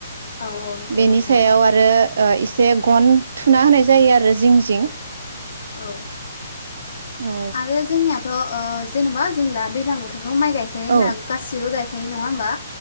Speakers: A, on the left; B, on the right.
A: औ औ नंगौ
B: बेनि
A: नोंथां।
B: सायाव आरो ओ इसे गन थुना होनाय जायो आरो जिं जिं
A: औ
B: औ
A: आरो जोंनिया थ ओ जेनेबा जों दैज्लां बोथोर माइ गायखायो होनना
B: औ
A: गासिबो गायखायो खायो नङा होमबा